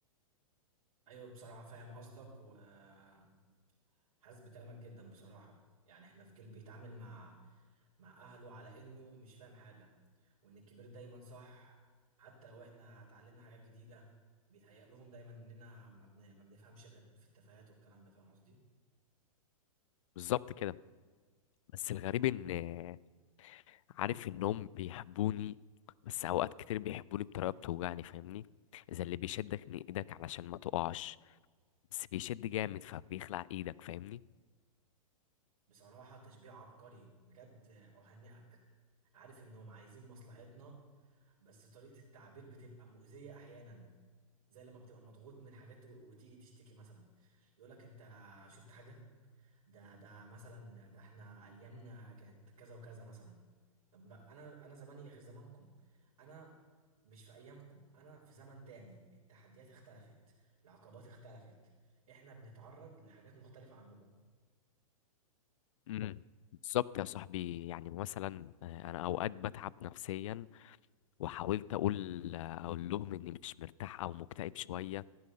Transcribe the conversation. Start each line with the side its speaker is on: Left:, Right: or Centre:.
Right: ايوه بصراحه فاهم قصدك وحاسس بكلامك جدا بصراحه يعني احنا في جيل بيتعامل مع مع اهله على انه مش فاهم حاجه وان الكبير دايما صح حتى لو احنا اتعلمنا حاجات جديده بيتهيأ لهم دايما اننا ما, بن... ما بنفهمش غير في التفاهات والكلام ده فاهم قصدي
Left: بالظبط كده بس الغريب إن آه، عارف إنهم بيحبوني بس أوقات كتير بيحبوني بطريقة بتوجعني فاهمني إذا اللي بيشدك من إيدك علشان ما تقعش بس بيشد جامد فبيخلع إيدك فاهمني
Right: بصراحة تشبيه عبقري بجد أهنئك عارف إنهم عايزين مصلحتنا بس طريقة التعبير بتبقى مؤذية أحيانا زي لما بتبقى مضغوط من حاجات و- وتيجي تشتكي مثلا يقولك أنت شفت حاجة ده ده مثلا ده احنا أيامنا كانت كذا وكذا مثلا طب ما أنا أنا زماني غير زمانكم أنا مش في أيامكم أنا في زمن تاني التحديات اختلفت العقبات اختلفت احنا بنتعرض لحاجات مختلفة عنكم
Left: مم. بالظبط يا صاحبي يعني مثلا آه، انا اوقات بتعب نفسيا وحاولت اقول آه، اقول لهم اني مش مرتاح او مكتئب شويه